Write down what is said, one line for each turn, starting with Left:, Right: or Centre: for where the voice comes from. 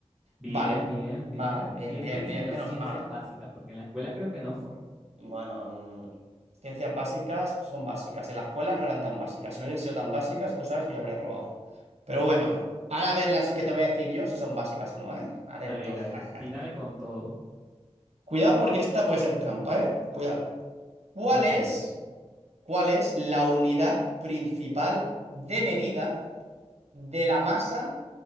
Centre: Bien,
Right: Vale.
Centre: bien,
Right: Vale,
Centre: bien.
Right: bien,
Centre: ¿Quién
Right: bien,
Centre: te enseñó
Right: bien. Menos
Centre: ciencias
Right: mal.
Centre: básicas? Porque en la escuela creo que no fue.
Right: Bueno, mm, ciencias básicas son básicas. En la escuela no eran tan básicas. Si hubiesen sido tan básicas, tú sabes que yo habría probado. Pero bueno, ahora a ver las que te voy a decir yo si son básicas o no, ¿eh? Atento.
Centre: A ver, a ver,
Right: <laughs>
Centre: tírame con todo.
Right: Cuidado porque esta puede ser trampa, ¿eh? Cuidado. ¿Cuál
Centre: Ok,
Right: es,
Centre: ok.
Right: cuál es la unidad principal de medida? de la masa